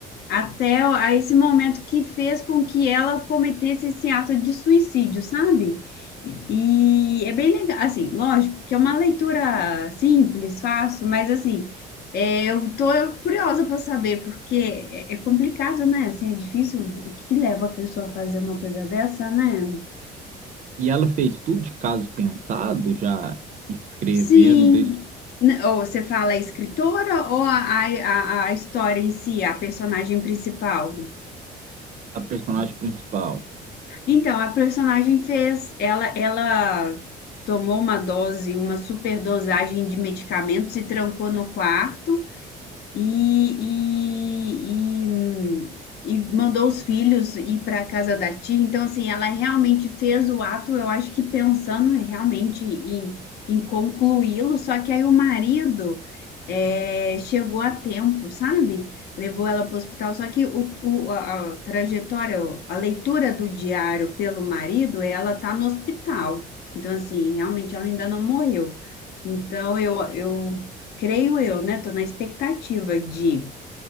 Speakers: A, on the left; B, on the right.
A: até a esse momento que fez com que ela cometesse esse ato de suicídio, sabe? E é bem legal, assim, lógico que é uma leitura simples, fácil, mas assim, é, eu tô curiosa para saber, porque é, é complicado, né? Assim, é difícil, o que leva a pessoa a fazer uma coisa dessa, né?
B: E ela fez tudo de caso pensado, já escrevendo
A: Sim,
B: desde
A: N- ou você fala a escritora ou a, a, a a história em si, a personagem principal?
B: a personagem principal.
A: Então, a personagem fez, ela, ela tomou uma dose, uma superdosagem de medicamentos e trancou no quarto e, e, e, hum, e mandou os filhos ir para a casa da tia. Então, assim, ela realmente fez o ato, eu acho que pensando realmente em, em concluí-lo, só que aí o marido eh, chegou a tempo, sabe? Levou ela para o hospital, só que o, o- a, a trajetória, a leitura do diário pelo marido, ela tá no hospital. Então, assim, realmente ela ainda não morreu. Então, eu, eu creio eu, né? Tô na expectativa de